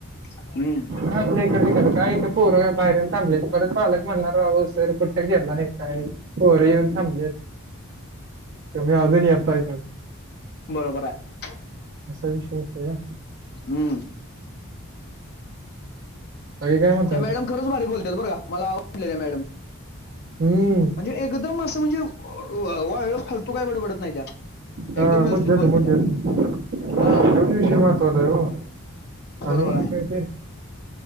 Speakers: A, on the left; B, on the right.
A: हम्म.
B: आपल्या इकडं तिकडं थांबले इथं पोर बाहेर येऊन थांबली परत पालक म्हनणार राव सर. कुठ्? गेलाय काय पोर येऊन थांबली तुम्ही अजून येताय साच.
A: बरोबर आहे.
B: असा विषय होतो या.
A: हम्म
B: बाकी काय म्हणताय
A: त्या मॅडम
B: सर.
A: खरंच भारी बोलत्यात बरं का मला आवडल्या त्या मॅडम
B: हम्म
A: म्हणजे- एकदम असं म्हणजे वाळल फालतू काय बडबडत नाही त्या.
B: हा
A: एकदम व्यवस्थित
B: मुद्दाचं,
A: बोलते
B: मुद्याचं.
A: त्या
B: तोच
A: हा
B: विषय महत्वाच आहे ओ
A: बरोबर
B: आणि
A: आहे
B: काहीतरी